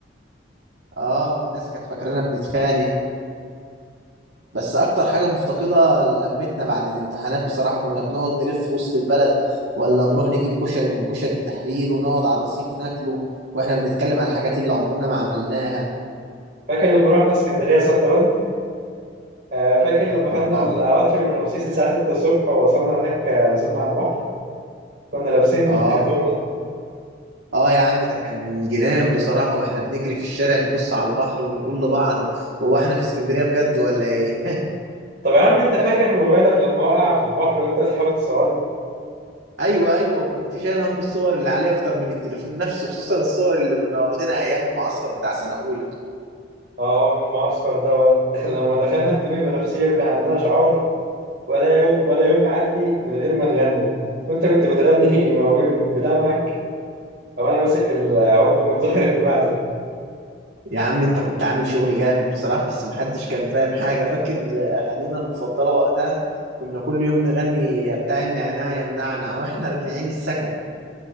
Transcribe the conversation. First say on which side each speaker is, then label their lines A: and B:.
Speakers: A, on the right; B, on the right.
A: اه والناس كانت فاكرانا بنتخانق بس اكتر حاجة مفتقدها لمتنا بعد الامتحانات بصراحة كنا بنقعد نلف في وسط البلد ولا نروح نجيب كشري من كشري التحرير ونقعد على الرصيف ناكله واحنا بنتكلم على الحاجات اللي عمرنا ما عملناها
B: فاكر لما رحنا اسكندرية صد رد؟ آه، فاكر لما خدنا
A: اه
B: القطر من رمسيس الساعة 6 الصبح ووصلنا هناك آه، نزلنا على البحر كنا لابسين
A: اه
B: <laughs> هدوم
A: اه يا عم ده كان جنان بصراحة واحنا بنجري في الشارع نبص على البحر ونقول لبعض هو احنا في اسكندرية بجد ولا ايه <laughs>
B: طب يا عم انت فاكر موبايلك لما وقع في البحر وانت بتحاول تصورني
A: ايوه ايوه وكنت شايل هم الصور اللي عليه اكتر من التليفون نفسه خصوصا الصور اللي كنا واخدينها ايام المعسكر بتاع سنة اولى
B: اه من المعسكر دوت <laughs> لما دخلنا التميم بنفسية وكان عندنا شعار ولا يوم ولا يوم يعدي من غير ما نغني وانت كنت بتغني <laughs> مواويل بدمعك او انا ماسك العود ومتظاهر اني بعزف
A: يا عم انت كنت عامل شغل جامد بصراحة بس محدش كان فاهم حاجة فاكر أغانينا المفضلة وقتها كنا كل يوم نغني يا بتاع النعناع يا منعنع واحنا راجعين السكن